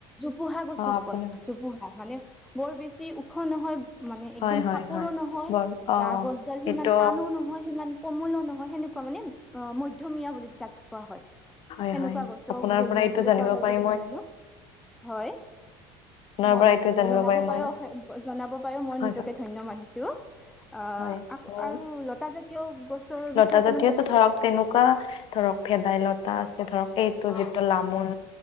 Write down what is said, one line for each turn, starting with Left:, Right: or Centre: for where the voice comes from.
Centre: জোপোহা গছক
Left: অ আপুনি
Centre: কয় জোপোহা মানে বৰ বেছি ওখ নহয় মানে
Left: হয়
Centre: একদম
Left: হয়
Centre: চাপৰো
Left: হয়
Centre: নহয়।
Left: গম অ
Centre: গা গছডাল সিমান
Left: এইটো
Centre: টানো নহয়। সিমান কোমলো নহয় সেনেকুৱা মানে অ মধ্যমীয়া বুলি যাক কোৱা হয়।
Left: হয়
Centre: সেনেকুৱা
Left: হয়
Centre: গছক
Left: আপোনাৰ
Centre: গুল্ম
Left: পৰা এইটো
Centre: বুলি
Left: জানিব
Centre: কোৱা হয়
Left: পাৰি
Centre: বুলি মই জানো। হয়,
Left: আপোনাৰ
Centre: মই
Left: পৰা এইটো জানিব
Centre: জনাব
Left: পাৰি মই
Centre: পাৰো জনাব পাৰো মই
Left: হয়
Centre: নিজকে ধন্য মানিছো। আহ
Left: হয়
Centre: আকৌ
Left: হয়।
Centre: আৰু লতা জাতীয় গছৰ
Left: লতা
Centre: বিষয়ে অকমান
Left: জাতীয়তো
Centre: কবচোন?
Left: ধৰক তেনেকুৱা ধৰক ভেদাইলতা আছে। ধৰক এইটো
Centre: অ
Left: যিটো লামোন